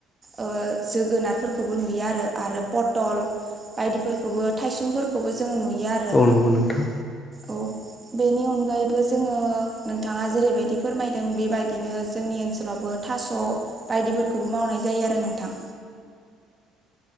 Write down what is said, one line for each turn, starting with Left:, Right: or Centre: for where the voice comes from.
Right: ओ जोगोनारफोरखौबो नुयो आरो आरो पटल। बायदिफोरखौबो थायसुमफोरखौबो जोङो नुयो आरो
Left: औ नंगौ नोंथां
Right: औ। बेनि अनगायैबो जोङो नोंथाङा जेरैबायदि फोरमायदों बेबायदिनो जोंनि ओनसोलावबो थास' बायदिफोरखौबो मावनाय जायो आरो नोंथां।